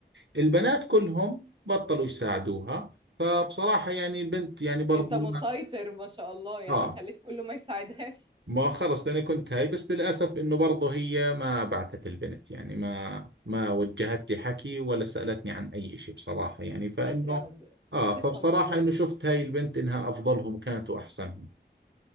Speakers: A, on the right; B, on the right.
A: البنات كلهم بطلوا يساعدوها فبصراحة يعني البنت يعني برضو
B: انت مسيطر
A: ما
B: ما شاء الله يعني
A: آه
B: خليت كله ما يساعدهاش
A: ما خلص لأني كنت هاي بس للأسف إنه برضو هي ما بعثت البنت يعني ما ما وجهت لي حكي ولا سألتني عن أي إشي بصراحة يعني فإنه
B: شاطرة ب- بتفهم
A: آه فبصراحة
B: والله
A: إنه شفت هاي البنت إنها أفضلهم كانت وأحسنهم